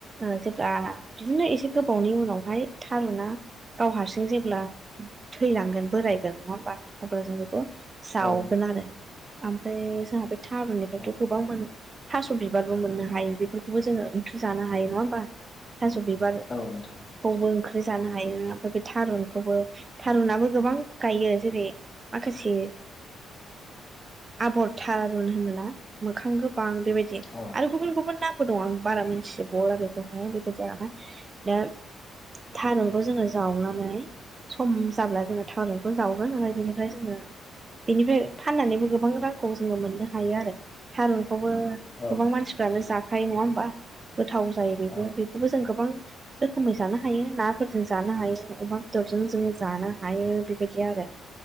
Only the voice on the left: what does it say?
औ नोंथां
औ
औ नोंथां
औ
औ
नोंथां
औ